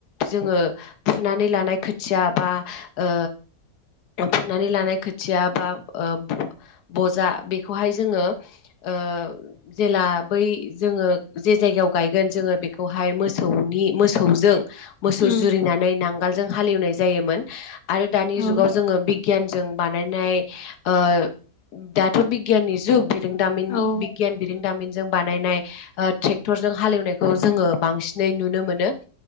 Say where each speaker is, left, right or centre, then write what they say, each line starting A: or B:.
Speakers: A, on the left; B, on the left.
A: जोङो फुनानै लानाय खोथिया बा ओ फुनानै लानाय खोथिया बा ओ बजा बेखौहाय जोङो ओ जेला बै जोङो जे जायगायाव गायगोन जोङो बेखौहाय बेहाय मोसौनि मोसौजों मोसौ
B: उम
A: जुरिनानै नांगोलजों हालेवनाय जायोमोन आरो दानि
B: औ
A: जुगाव जोङो बिगियान जों बानायनाय ओ दाथ' बिगियाननि जुग बिरोंदामिन
B: औ
A: बिगियान बिदों दामिन जों बानायनाय ओ ट्रेक्टरजों हालेवनायखौ जोङो बांसिनै नुनो मोनो। <inaudible>